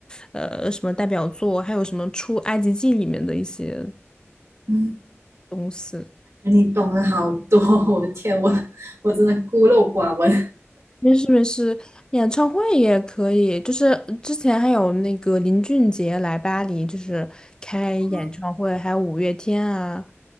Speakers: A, on the left; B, on the right.
A: 呃什么代表作，还有什么出埃及记里面的一些
B: 嗯，
A: 东西。
B: 你懂了好多，我的天，我我真的孤陋寡闻。
A: 没事没事，演唱会也可以，就是之前还有那个林俊杰来巴黎，就是开演唱会，
B: <laughs>
A: 还有五月天啊。